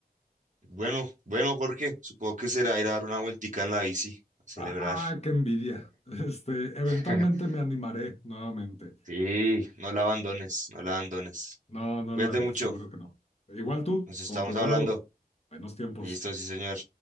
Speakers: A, on the right; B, on the left.
A: Bueno, bueno, Jorge, supongo que será ir a dar una vueltica en la bici, a celebrar.
B: ¡Ah, qué envidia! <laughs> Este, eventualmente
A: <laughs>
B: me animaré nuevamente.
A: Sí, no la abandones, no la abandones.
B: No, no
A: Cuídate
B: lo haré,
A: mucho,
B: seguro que no. Igual tú,
A: nos estamos
B: con cuidado.
A: hablando.
B: Buenos tiempos.
A: Listo, sí, señor.